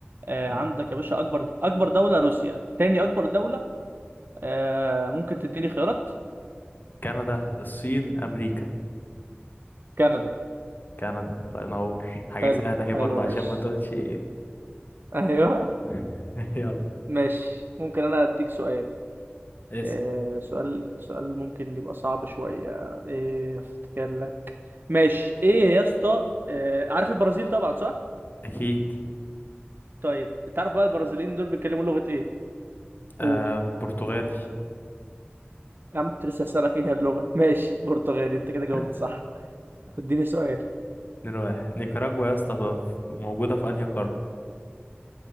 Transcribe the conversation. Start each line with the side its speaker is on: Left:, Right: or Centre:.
Right: آه،
Left: م.
Right: عندك يا باشا اكبر اكبر دوله روسيا تاني اكبر دوله آه، ممكن تديني خيارات
Left: كندا الصين امريكا
Right: كندا
Left: كندا الله ينور حاجة
Right: حلو
Left: سهلة ايه
Right: حلو
Left: برضه
Right: يا
Left: عشان
Right: باشا
Left: ما تقولش ايه
Right: <laughs> ايوه
Left: <laughs> يلا
Right: ماشي ممكن انا اديك سؤال
Left: اسأل
Right: آه سؤال سؤال ممكن يبقى صعب شوية ايه افتكر لك ماشي ايه يا اسطى آه عارف البرازيل طبعا صح
Left: اكيد
Right: طيب تعرف بقى البرازيليين دول بيتكلموا لغة ايه قول
Left: آه برتغالي
Right: يا عم كنت لسه هسألك ايه هي اللغة <laughs> ماشي برتغالي انت كده جاوبت
Left: <laughs>
Right: صح اديني سؤال
Left: 2-1 نيكاراجوا يا اسطى ف- موجودة في أنهي قارة؟